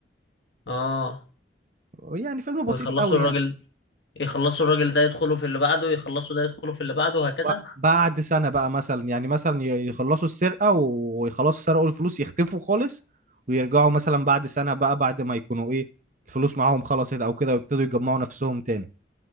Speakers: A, on the left; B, on the right.
A: اه
B: يعني فيلم بسيط
A: ويخلصوا
B: قوي
A: الراجل
B: يعني
A: يخلصوا الراجل ده يدخلوا في اللي بعده يخلصوا ده يدخلوا في اللي بعده وهكذا
B: ب- بعد سنة بقى مثلا يعني مثلا ي- يخلصوا السرقة و- ويخلصوا سرقوا الفلوس يختفوا خالص ويرجعوا مثلا بعد سنة بقى بعد ما يكونوا ايه الفلوس معاهم خلصت او كده ويبتدوا يجمعوا نفسهم تاني